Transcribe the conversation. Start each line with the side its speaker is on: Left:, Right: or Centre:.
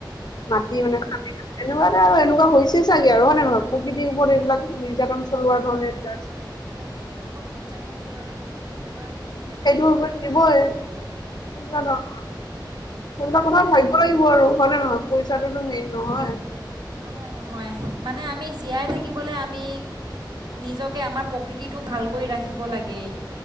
Right: অ',
Left: মাটি মানে খান্দি খান্দি তেনেকুৱা। আৰু এনেকোৱা হৈছে ছাগে আৰু হয় নে নহয়? প্ৰকৃতিৰ ওপৰত এইবিলাক নিৰ্যাতন
Right: সেইটো
Left: চলোৱাৰ ধৰণে
Right: হয়,
Left: এতিয়া
Right: হয়।
Left: আছে।
Right: প্ৰকৃতিৰ ওপৰত নিৰ্যাতন চলালে প্ৰকৃতত তোমাক নিৰ্যাতন
Left: সেইটোৰ
Right: চলাবই,
Left: ওপৰত দিবই
Right: উম।
Left: তেনেকুৱা ধৰণৰ সেইবিলাক
Right: সেইটোৱে
Left: কথা ভাবিব লাগিব আৰু হয়নে নহয় পইচাটোতো মেইন নহয়।
Right: নহয় নহয় মানে আমি জীয়াই থাকিবলৈ আমি নিজকে আমাৰ প্ৰকৃতিটো ভালকৈ ৰাখিব লাগে।